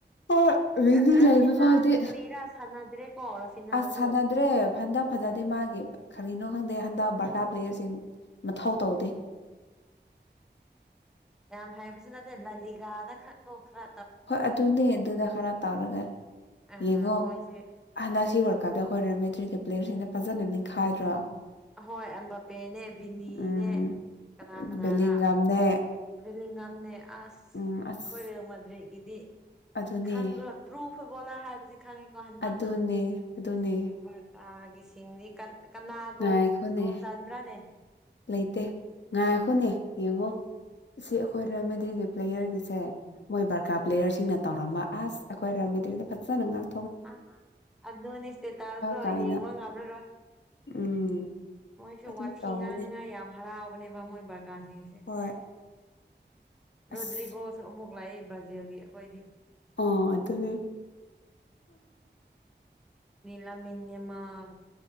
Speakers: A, on the left (about 75°); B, in the centre.
A: ꯍꯣꯏ ꯔꯦꯗꯤ
B: ꯔ ꯔꯥꯐꯤꯟꯍꯥꯁꯨ
A: ꯂꯩꯕ ꯐꯥꯎꯗꯤ
B: ꯀꯔꯤꯔꯥ ꯁꯥꯟꯅꯗ꯭ꯔꯦ ꯀꯣ ꯔꯥꯐꯤꯟꯍꯥꯖꯨ
A: ꯑꯁ ꯁꯥꯟꯅꯗ꯭ꯔꯦ ꯍꯟꯗꯛ ꯐꯖꯗꯦ ꯃꯥꯒꯤ ꯀꯔꯤꯅꯣ ꯈꯪꯗꯦ ꯍꯟꯗꯥꯛ ꯕꯥꯔꯀꯥ ꯄ꯭ꯂꯦꯌꯔꯁꯤꯡ ꯃꯊꯧ ꯇꯧꯗꯦ
B: ꯌꯥꯝ ꯍꯩꯕꯁꯨ ꯅꯠꯇꯦ ꯂꯥꯂꯤꯒꯥꯥꯗꯈꯛ ꯀꯣ ꯈ꯭ꯔ
A: ꯍꯣꯏ ꯑꯗꯨꯅꯦ ꯑꯗꯨꯗ ꯈꯔ ꯇꯧꯔꯒ
B: ꯑ
A: ꯌꯦꯡꯉꯣ
B: ꯃꯣꯏꯁꯦ
A: ꯍꯟꯗꯛꯁꯤ ꯋꯥꯔꯜ ꯀꯞꯇ ꯈꯣꯏ ꯔꯦꯜꯃꯦꯗ꯭ꯔꯤꯠꯀꯤ ꯄ꯭ꯂꯦꯌꯔꯁꯤꯡꯅ ꯐꯖꯅ ꯅꯤꯛꯈꯥꯏꯗ꯭ꯔꯣ
B: ꯑꯍꯣꯏ ꯑꯝꯕꯥꯞꯄꯦꯅꯦ ꯚꯤꯅꯤꯅꯦ
A: ꯎꯝ
B: ꯀꯅꯥ ꯀꯅꯥꯔꯥ
A: ꯕꯦꯂꯤꯡꯒꯝꯅꯦ
B: ꯚꯦꯂꯤꯉꯝꯅꯦ ꯑꯁ
A: ꯎꯝ ꯑꯁ
B: ꯈꯣꯏ ꯔꯦꯜꯃꯗ꯭ꯔꯤꯠꯒꯤꯗꯤ
A: ꯑꯗꯨꯅꯦ
B: ꯈꯪꯗ꯭ꯔꯣ ꯇ꯭ꯔꯨꯐ ꯐꯨꯠꯕꯣꯂꯔ ꯍꯥꯏꯕꯁꯤ ꯈꯪꯉꯤꯀꯣ ꯍꯟꯗꯛꯅ
A: ꯑꯗꯨꯅꯦ ꯑꯗꯨꯅꯦ
B: ꯕꯥꯔꯀꯥꯒꯤꯁꯤꯡꯗꯤ ꯀꯟ ꯀꯅꯥ ꯒꯣꯜ
A: ꯉꯥꯏꯈꯣꯅꯦ
B: ꯒꯣꯜ ꯆꯟꯕ꯭ꯔꯥꯅꯦ
A: ꯂꯩꯇꯦ ꯉꯥꯏꯈꯣꯅꯦ ꯌꯦꯡꯉꯣ ꯁꯤ ꯑꯩꯈꯣꯏ ꯔꯦꯜꯃꯦꯗ꯭ꯔꯤꯠꯒꯤ ꯄ꯭ꯂꯦꯌꯔꯒꯤꯁꯦ ꯃꯣꯏ ꯕꯥꯔꯀꯥ
B: ꯎꯝ.
A: ꯄ꯭ꯂꯦꯌꯔꯁꯤꯡꯅ ꯇꯧꯔꯝꯕ ꯑꯁ ꯑꯩꯈꯣꯏ ꯔꯦꯜꯃꯦꯗ꯭ꯔꯤꯠꯀꯤꯗꯤ ꯐꯖꯅ ꯉꯥꯡ
B: ꯑ ꯑꯗꯨꯅꯤ ꯁ꯭ꯇꯦꯇꯁꯇꯣ
A: ꯀꯥꯏꯅ
B: ꯌꯦꯡꯕ ꯉꯝꯂꯔꯣꯏ
A: ꯎꯝ
B: ꯃꯣꯏꯁꯦ
A: ꯑꯗꯨꯝ
B: ꯋꯥꯊꯤ
A: ꯇꯧꯕꯅꯦ
B: ꯉꯥꯡꯅꯤꯡꯉꯥꯏ ꯌꯥꯝ ꯍꯔꯥꯎꯕꯅꯦꯕ ꯃꯣꯏ ꯕꯥꯔꯀꯥꯁꯤꯡꯁꯦ
A: ꯍꯣꯏ ꯑꯁ
B: ꯔꯣꯗ꯭ꯔꯤꯒꯣꯁꯨ ꯑꯃꯨꯛ ꯂꯩ ꯕ꯭ꯔꯥꯖꯤꯜꯒꯤ ꯑꯩꯈꯣꯏꯗꯤ
A: ꯑ ꯑꯗꯨꯅꯤ
B: ꯂꯥꯃꯤꯟ ꯌꯃꯥꯜ